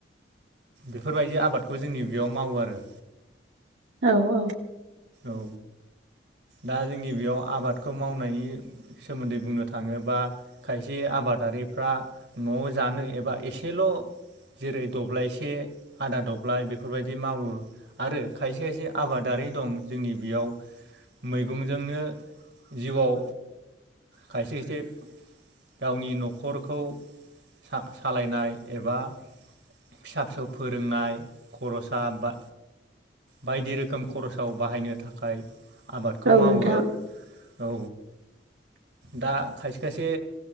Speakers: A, on the right; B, on the right.
A: बेफोरबायदि आबादखौ जोंनि बेयाव मावो आरो
B: औ औ
A: औ दा जोंनि बेयाव आबादखौ मावनायनि सोमोन्दै बुंनो थाङोबा खायसे आबादारिफ्रा न' जानो एबा एसेल' जेरै दब्लायसे आदा दब्लाय बेफोरबायदि मावो आरो खायसे खायसे आबादारि दं जोंनि बेयाव मैगंजोंनो जिउआव खायसे खायसे गावनि न'खरखौ सा-सालायनाय एबा फिसा फिसौ फोरोंनाय खर'सा बा बायदि रोखोम खरसाव बाहायनो थाखाय आबादखौ
B: औ
A: मावो
B: नोंथां
A: औ दा खायसे खायसे